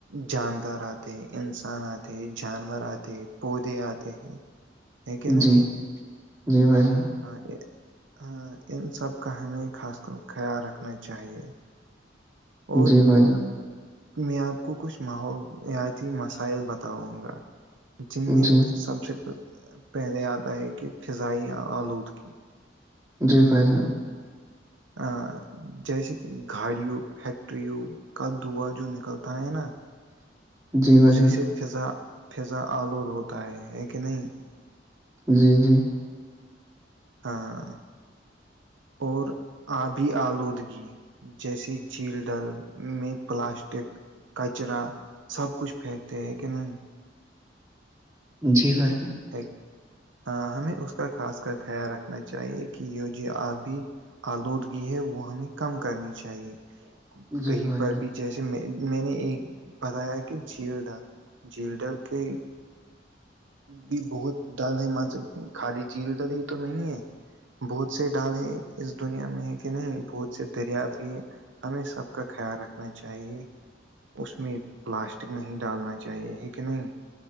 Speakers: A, on the right; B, on the right.
A: جاندار آتے ہیں انسان آتے ہیں جانور آتے ہیں پودے آتے ہیں ہے کہ نہیں
B: جی جی بھائی جان
A: ہاں یہ ہاں ان سب کا ہمیں خاص کر خیال رکھنا چاہیے اور
B: جی بھائی
A: میں آپ کو کچھ ماحولیاتی مسائل بتاؤں گا جن
B: جان
A: میں
B: جی
A: سب سے پہلے آتا ہے کہ فضائی آلودگی
B: جی بھائی جان
A: ہاں جیسے کہ گھاڑیوں فیکٹریوں کا دعا جو نکلتا ہے نا
B: <unintelligible> <inaudible>
A: اسی
B: جان
A: سے فضا فضا آلود ہوتا ہے ہے کہ نہیں
B: جی جی
A: ہاں اور آبھی آلودگی جیسے جھیل ڈل میں پلاسٹک کچرا سب کچھ پھینکتے ہیں کہ نہیں
B: جی بھائیائی
A: ایک ہاں ہمیں اس کا خاص کر خیال رکھنا چاہیے کہ یہ جو آبھی آلودگی ہے وہ ہمیں کم کرنی چاہیے
B: جی
A: کہیں
B: بھائی
A: پر
B: جان
A: بھی جیسے میں میں نے ایک بتایا کہ جھیل ڈا جھیلڈا کے بھی بہت ڈل ہے م خالی جیل ڈل ہی تو نہیں ہے بہت سے ڈالے اس دنیا میں ہے کہ نہیں بہت سے دریا بھی ہے ہمیں سب کا خیال رکھنا چاہیے اس میں پلاسٹک نہیں ڈالنا چاہیے ہے کہ نہیں